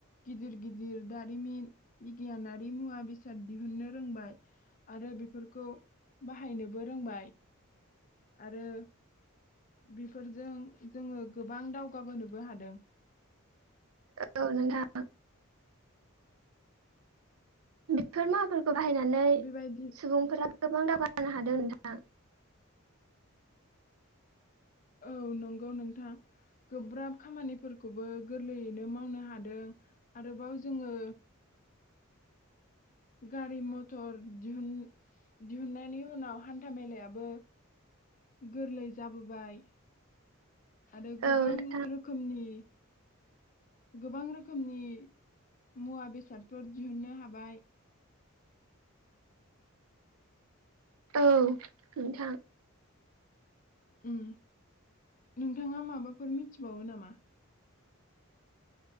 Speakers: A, on the left; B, on the right.
A: गिदिर गिदिर दारिमिन बिगियानारि मुवा बेसाद दिहुननो रोंबाय आरो बे फोरखौ बाहायनोबो रोंबाय आरो बेफोरजों जोंङो गोबां दावगाबोनोबो हादों।
B: ओ औ नोंथां। बेफोर माफोर बाहायनानै
A: बेबायदि
B: सुबुंफोरा गोबां दाबा <unintelligible> हादों नोंथां।
A: औ नंगौ नोंथां गोब्राब खामानिफोरखौबो गोरलैयैनो मावनो हादों आरोबाव जोङो गारि मथर दिहुन दिहुननायनि उनाव हान्था मेलायाबो गोरलै जाबोबाय आरो
B: औ
A: गोबां
B: नोंथां
A: रोखोमनि गोबां रोखोमनि मुवा बेसादफोर दिहुननो हाबाय।
B: औ नोंथां।
A: उम नोंथाङा माबाफोर मिथिबावो नामा?